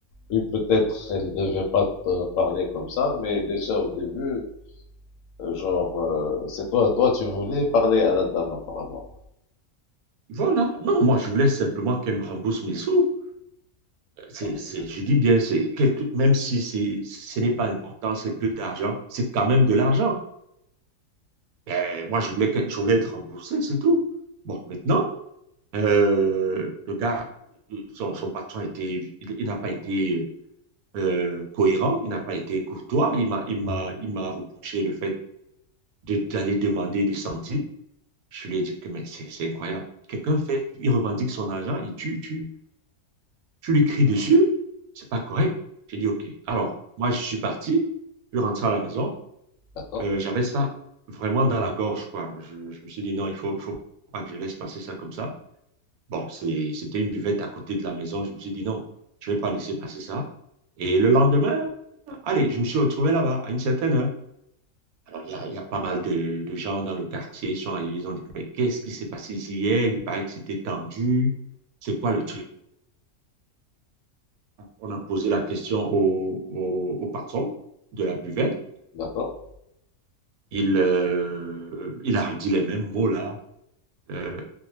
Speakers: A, on the left; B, on the right.
A: Oui, peut-être elle devait pas te parler comme ça, mais déjà au début, euh, genre, euh, c'est toi, toi, tu voulais parler à la dame, apparemment.
B: voilà. Non, moi, je voulais simplement qu'elle me rembourse mes sous. c'est,
A: Ah,
B: c'est- je dis bien, c'est, quelque- même si c'est, ce n'est pas important, c'est plus d'argent, c'est quand même de l'argent. Ben, moi, je voulais, que- je voulais être remboursé, c'est tout. Bon, maintenant, euh, le gars, son, son patron a été, il, il n'a pas été euh, cohérent, il n'a pas été courtois, il m'a, il m'a, il m'a reproché le fait de, d'aller demander des centimes. Je lui ai dit que mais c'est, c'est incroyable. Quelqu'un fait, il revendique son argent, il tue, tue. Tu lui cries dessus, c'est pas correct. J'ai dit, OK. Alors, moi, je suis parti, je suis rentré à la maison.
A: D'accord,
B: Euh, j'avais ça vraiment dans la gorge, quoi. Je, je me suis dit, non, il faut, il faut pas que je laisse passer ça comme ça. Bon, c'est- c'était une buvette à côté de la maison. Je me suis dit, non, je vais pas laisser passer ça. Et le lendemain, allez, je me suis retrouvé là-bas à une certaine heure. Alors, il y a, il y a pas mal de, de gens dans le quartier. Ils sont arrivés, ils ont dit, mais qu'est-ce qui s'est passé ici hier? Il paraît que c'était tendu. C'est quoi le truc? On a posé la question au, au, au patron de la buvette.
A: d'accord.
B: Il, euh, il a dit les mêmes mots là. Euh,